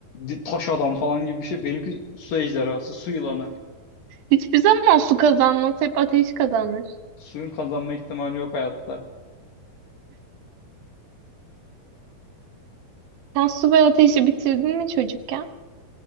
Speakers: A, on the left; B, on the right.
A: di- taş adam falan gibi bir şey. Benimki su ejderhası, su yılanı.
B: hiçbir zaman su kazanmaz. Hep ateş kazanır.
A: Suyun kazanma ihtimali yok hayatta.
B: Sen su ve ateşi bitirdin mi çocukken?